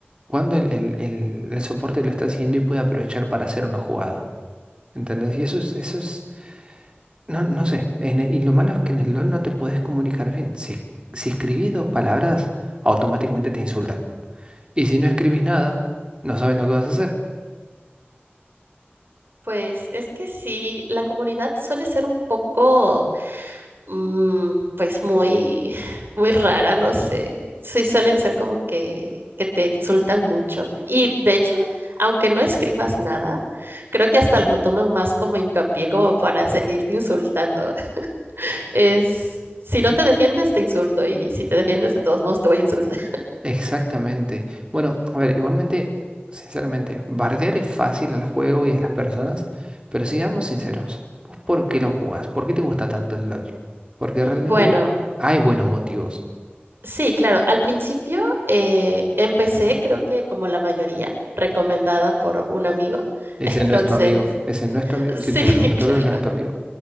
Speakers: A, on the right (about 25°); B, on the right (about 60°).
A: cuando el, el- el- el soporte lo está siguiendo y puede aprovechar para hacer una jugada. ¿Entendés? Y eso es, eso es, no, no sé. en e- y lo malo es que en el LOL no te puedes comunicar bien. Si, si escribís dos palabras, automáticamente te insultan. Y si no escribís nada, no saben lo que vas a hacer.
B: Pues es que sí, la comunidad suele ser un poco mm, pues muy, <laughs> muy rara, no sé. Sí, suelen ser como que, que te insultan mucho. Y de hecho, aunque no escribas nada, creo que hasta lo toman más como hincapié, como para seguirte insultando. <laughs> Es, si no te defiendes, te insulto. Y si te defiendes, de todos modos, te voy a insultar. <laughs>
A: Exactamente. Bueno, a ver, igualmente, sinceramente, bardear es fácil al juego y a las personas, pero seamos sinceros. ¿Vos por qué lo jugás? ¿Por qué te gusta tanto el LOL? Porque realmente
B: Bueno,
A: hay buenos motivos.
B: sí, claro. Al principio eh, empecé, creo que como la mayoría, recomendada por un amigo. <laughs>
A: Ese
B: Entonces,
A: no es tu amigo, ese no es tu amigo. Si
B: sí,
A: te recomendó,
B: <laughs> claro.
A: no es tu amigo.